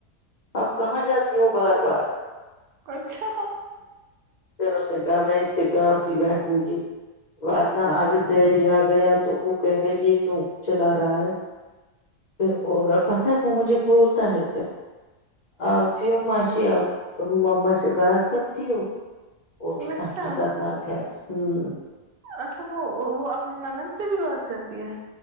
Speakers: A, on the left (about 55°); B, on the right (about 65°).
A: اپ کہاں جاتی ہو بار بار
B: اچھا
A: پھر اس نے کہا میں اس کے پیاس ہی بیٹھوں گی واتنہ اگر ڈیری آ گیا تو وہ کہ گا یہ کیوں چلا رہا ہے پھر بول رہا پتا وہ مجھے بولتا ہے پھر آپ ہیوں ماشی آپ ما سے بات کرتی ہو وہ کتنا
B: اچھا
A: خطرناک ہے ہاں
B: اچھا وہ وہ اپنی نند سے بھی بات کرتی ہے